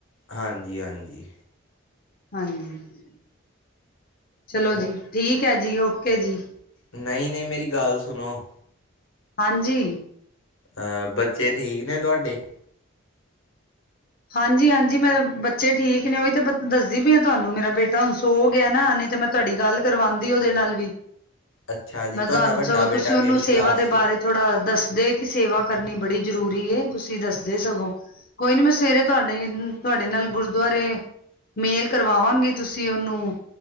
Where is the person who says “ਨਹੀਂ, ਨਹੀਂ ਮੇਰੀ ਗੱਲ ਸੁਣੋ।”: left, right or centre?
Left